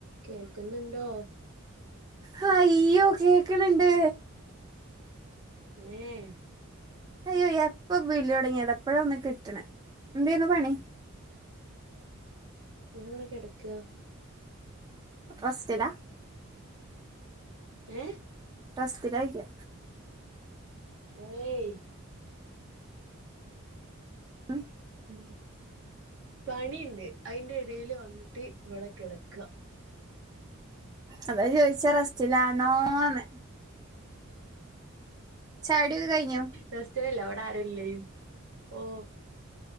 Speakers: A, on the right (about 65°); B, on the right (about 20°).
A: കേൾക്കുന്നുണ്ടോ
B: ഹയ്യോ കേക്കണുണ്ട്
A: <unintelligible>
B: അയ്യോ എപ്പൊ വിളി തുടങ്ങിയത് ആണ് ഇപ്പഴാ ഒന്ന് കിട്ടണെ എന്താരുന്നു പണി
A: ഞാൻ ഇവിടെ കിടക്കുക
B: <unintelligible> സ്റ്റിലാ
A: ഏഹ്
B: റെസ്റ്റിലായിക്ക
A: ഓയ്
B: ഉം
A: ഉം പണിയുണ്ട് അതിന്റെ ഇടേൽ വന്നിട്ട് ഇവിടെ കിടക്കുക
B: അതാ ചോദിച്ചെ റെസ്റ്റിലാന്നോന്ന് ചായടിയൊക്കെ കഴിഞ്ഞോ
A: റെസ്റ്റിലല്ല ഇവിടെ ആരുവില്ലേ ഓ